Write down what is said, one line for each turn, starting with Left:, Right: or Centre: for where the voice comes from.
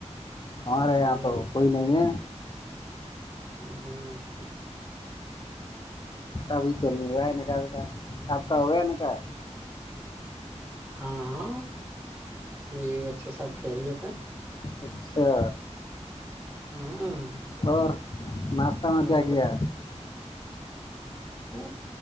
Left: ہاںارے
Right: ہ
Left: یہاں تو کوئی نہیں ہے
Right: ہاں
Left: ابھی تو نہیں رہا ن کا کا اب کو نکا
Right: ہاں ہاں بی بچے سب کھیلیےتے
Left: اچھا
Right: ہوں
Left: اور ناشتہ
Right: ہمارے
Left: میں کیا کیا
Right: ہ